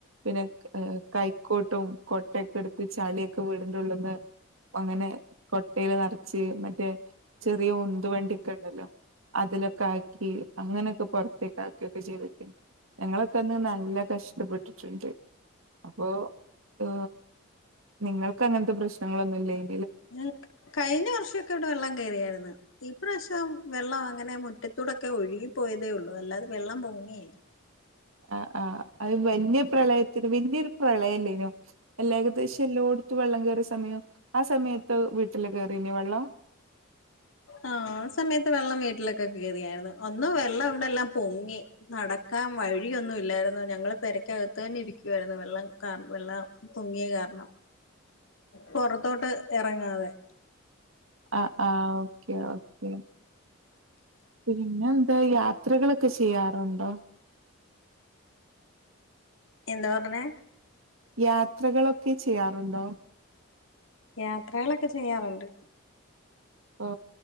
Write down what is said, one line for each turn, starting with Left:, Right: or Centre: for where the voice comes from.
Right: പിന്നെ കൈക്കോട്ടും കൊട്ടയൊക്കെ എടുത്ത് ചളിയൊക്കെ വീടിന്റെ ഉള്ള്ന്ന് അങ്ങനെ കൊട്ടീല് നിറച്ച് മറ്റേ ചെറിയ ഉന്ത്‌ വണ്ടി ഒക്കെ ഉണ്ടല്ലോ അതിലൊക്കെ ആക്കി അങ്ങനെയൊക്കെ പുറത്തേക്ക് ആക്കി ക്കെ ചെയ്തുവെക്ക് ഞങ്ങളൊക്കെ ഒന്ന് നല്ല കഷ്ടപ്പെട്ടിട്ടുണ്ട് അപ്പോ ഓ നിങ്ങൾക്ക് അങ്ങനത്തെ പ്രശ്നങ്ങളൊന്നും ഇല്ലേയ്
Left: ഞങ്ങക് കഴിഞ്ഞ വർഷൊക്കെ ഇവിടെ വെള്ളം കെറിയാര്ന്ന് ഇപ്രാവശ്യം വെള്ളം അങ്ങനെ മുറ്റത്തൂടൊക്കെ ഒഴുകി പോയതേ ഉള്ളൂ അല്ലാതെ വെള്ളം പൊങ്ങിയില്ല
Right: ആ ആ അത് വല്യ പ്രളയത്തിന് വല്യൊരു പ്രളയല്ലേനോ എല്ലാ ഏകദേശം എല്ലോട്ത്തും വെള്ളം കേറിയ സമയം ആ സമയത്ത് വീട്ടില് കേറീഞ വെള്ളം
Left: ആ സമയത്ത് വെള്ളം വീട്ടിലൊക്കെ കേറിയായിരുന്നു ഒന്നും വെള്ളം ഇവിടെ എല്ലാം പൊങ്ങി നടക്കാൻ വഴിയൊന്നുംല്ലായിരുന്നു ഞങ്ങൾ പെരക്കകത്ത് തന്നെ ഇരിക്കുവായിരുന്നു വെള്ളം ക വെള്ളം പൊങ്ങിയ കാരണം പൊറത്തോട്ട് ഇറങ്ങാതെ
Right: അ ആഉ കിയാഉ വെള്ളം പിന്നെ എന്താ യാത്രകളൊക്കെ ചെയ്യാറുണ്ടോ?
Left: എന്താ പറഞ്ഞെ
Right: യാത്രകളൊക്കെ ചെയ്യാറുണ്ടോ?
Left: യാത്രകളൊക്കെ ചെയ്യാറുണ്ട്
Right: ഇപ്പൊ